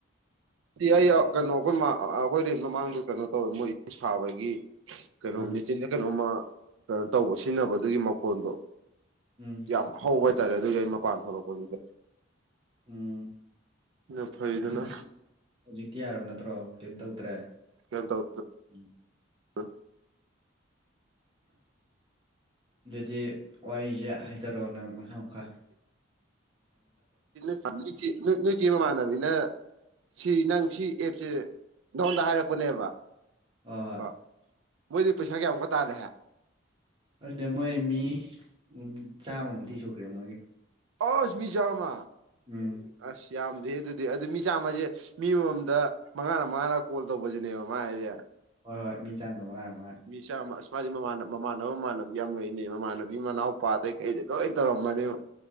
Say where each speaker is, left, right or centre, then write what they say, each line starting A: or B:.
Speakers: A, on the right; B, on the right.
A: ꯗꯤ ꯑꯩ ꯀꯩꯅꯣ ꯑꯩꯈꯣꯏ ꯑꯩꯈꯣꯏ ꯔꯦꯟ ꯃꯃꯥꯡꯗꯣ ꯀꯩꯅꯣ ꯇꯧꯋꯦ ꯃꯣꯏ ꯁꯥꯕꯒꯤ ꯀꯩꯅꯣ
B: ꯑꯥ
A: ꯃꯦꯆꯤꯟꯗ ꯀꯩꯅꯣꯝꯃ ꯀꯩꯅꯣ ꯇꯧꯕ ꯁꯤꯖꯤꯟꯅꯕꯗꯨꯒꯤ ꯃꯈꯣꯟꯗꯣ
B: ꯎꯝ
A: ꯌꯥꯝ ꯍꯧꯕ ꯍꯥꯏꯇꯥꯔꯦ ꯑꯗꯨꯒꯤ ꯑꯩ ꯃꯄꯥꯟ ꯊꯣꯛꯂꯛꯄꯅꯤꯗꯦ
B: ꯎꯝ
A: ꯗꯣ ꯐꯩ
B: ꯍꯧꯖꯤꯛꯇꯤ
A: ꯗꯅ
B: ꯍꯧꯖꯤꯛꯇꯤ ꯌꯥꯔꯝ ꯅꯠꯇ꯭ꯔꯣ ꯀꯦꯝ ꯇꯧꯗ꯭ꯔꯦ
A: ꯀꯩꯝ ꯇꯧ
B: ꯎꯝ
A: ꯑꯥ
B: ꯗꯨꯗꯤ ꯋꯥꯏꯖꯦ ꯍꯥꯏꯗꯦꯛꯑꯣ ꯅꯪ ꯃꯍꯥꯝ ꯈꯔ
A: ꯏꯂꯨꯆꯥ ꯅꯣꯏ ꯆꯦ ꯅꯣꯏ ꯆꯦ ꯃꯃꯥꯟꯅꯕꯤꯅ ꯁꯤ ꯅꯪ ꯁꯤ ꯑꯦꯞꯁꯦ ꯅꯉꯣꯟꯗ ꯍꯥꯏꯔꯛꯄꯅꯦꯕ
B: ꯍ ꯍꯣꯏ
A: ꯀꯣ ꯃꯣꯏꯗꯤ ꯄꯩꯁꯥꯒꯤꯌꯥ ꯃꯨꯛ ꯀ ꯇꯥꯂꯦ ꯍꯥꯏ
B: ꯑꯗꯨꯗꯤ ꯃꯣꯏ ꯃꯤ ꯎꯝ ꯆꯥꯝꯃꯃꯨꯛꯇꯤ ꯁꯨꯈ꯭ꯔꯦ ꯃꯣꯏꯒꯤ
A: ꯑꯁ ꯃꯤꯆꯥꯝꯃ
B: ꯎꯝ
A: ꯑꯁ ꯌꯥꯝꯗꯦ ꯑꯗꯨꯗꯤ ꯑꯗꯨ ꯃꯤꯆꯥꯃꯁꯦ ꯃꯤ ꯃꯃꯝꯗ ꯃꯉꯥꯅ ꯃꯉꯥꯅ ꯀꯣꯜ ꯇꯧꯕꯁꯤꯅꯦꯕ ꯃꯥ ꯑꯩꯁꯦ
B: ꯍꯣꯏ ꯍꯣꯏ ꯃꯤ ꯆꯥꯟꯅꯗꯕ ꯃꯉꯥꯏꯔꯦ ꯃꯉꯥꯏꯔꯦ
A: ꯆꯥꯝꯃ ꯑꯁ ꯃꯥꯗꯤ ꯃꯃꯥꯟ ꯃꯃꯥꯟꯅꯕ ꯃꯃꯥꯟꯅꯕꯕꯤ ꯌꯥꯝ ꯂꯩꯏꯅꯦ ꯃꯃꯥꯟꯅꯕꯤ ꯃꯅꯥꯎꯄꯥꯗꯩ ꯀꯩꯗ ꯂꯣꯏ ꯇꯧꯔꯝꯃꯅꯦꯕ